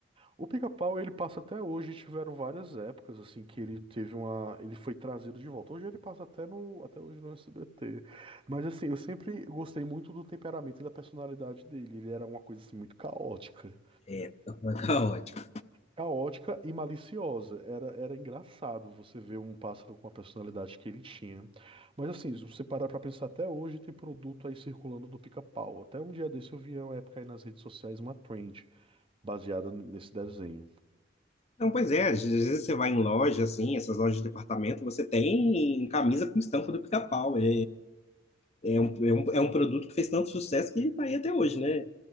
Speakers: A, on the right; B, on the left.
A: O Pica-Pau, ele passa até hoje, tiveram várias épocas, assim, que ele teve uma... Ele foi trazido de volta. Hoje ele passa até no... Até hoje no SBT. Mas, assim, eu sempre gostei muito do temperamento e da personalidade dele. Ele era uma coisa, assim, muito caótica.
B: É, Pica-Pau é caótico.
A: caótica e maliciosa. Era, era engraçado você ver um pássaro com a personalidade que ele tinha. Mas assim, se você parar pra pensar, até hoje tem produto aí circulando do pica-pau. Até um dia desse eu vi uma época aí nas redes sociais uma trend baseada n- nesse desenho.
B: Não, pois é, às vezes você vai em loja, assim, essas lojas de departamento, você tem camisa com estampa do Pica-Pau. É, é, um, é, um, é um produto que fez tanto sucesso que tá aí até hoje, né?